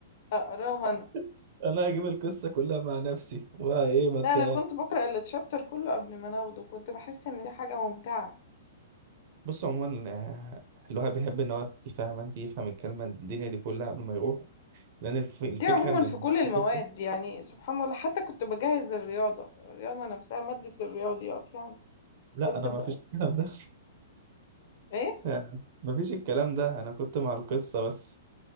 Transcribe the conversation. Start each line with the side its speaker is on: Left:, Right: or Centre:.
Left: أقراها أنا.
Right: <laughs> انا هجيب القصه كلها مع نفسي وايه ما انت
Left: لا أنا كنت باقرأ الchapter كله قبل ما أنا آخده، كنت باحس إن دي حاجة ممتعة.
Right: بص عموما آه، الواحد بيحب ان هو يفهم انت يفهم الكلمه الدنيا دي كلها قبل ما يروح لان الف- الفكره
Left: دي عمومًا
Right: ان
Left: في
Right: لما
Left: كل
Right: تبقى
Left: المواد
Right: قصه
Left: يعني سبحان الله، حتى كنت باجهز الرياضة، الرياضة نفسها مادة الرياضيات يعني،
Right: لا
Left: كنت
Right: انا
Left: ب
Right: ما فيش الكلام ده <laughs>
Left: إيه؟
Right: يعني ما فيش الكلام ده انا كنت مع القصه بس